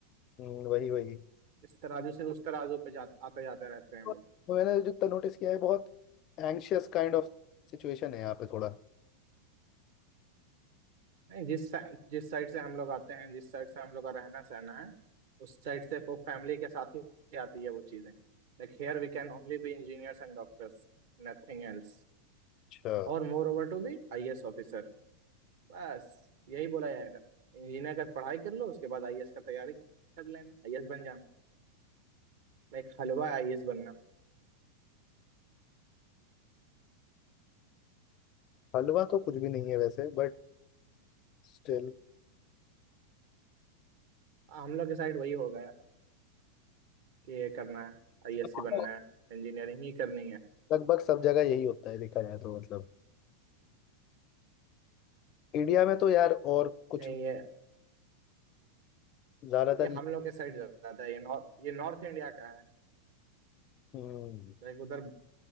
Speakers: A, on the left (about 35°); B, on the right (about 50°).
A: हम्म, वही वही
B: इस तराजू से उस तराजू पे जा, आते जाते रहते हैं
A: तो
B: वो।
A: मैंने जितना नोटिस किया है बहुत एंग्शियस काइंड ऑफ सिचुएशन है यहाँ पे थोड़ा
B: नहीं जिस साइड जिस साइड से हम लोग आते हैं जिस साइड से हम लोग का रहना सहना है उस साइड से वो फैमिली के साथ ही आती है वो चीजें like here we can only be engineers and doctors nothing else
A: अच्छा
B: और moreover to be IAS officer बस यही बोला जाएगा इंजीनियर का पढ़ाई कर लो उसके बाद आईएएस का तैयारी कर लेना आईएएस बन जाना लाइक हलवा आईएएस बनना
A: हलवा तो कुछ भी नहीं है वैसे बट स्टिल
B: हाँ, हम लोग के साइड वही हो गया है कि ये करना है आईएएस
A: मतलब
B: ही बनना है इंजीनियरिंग ही करनी है
A: लगभग सब जगह यही होता है देखा जाए तो मतलब इंडिया में तो यार और कुछ
B: नहीं ये
A: ज़्यादातर
B: ये हम लोग के साइड ज्यादा है ये नॉर्थ ये नॉर्थ इंडिया का
A: हम्म,
B: लाइक उधर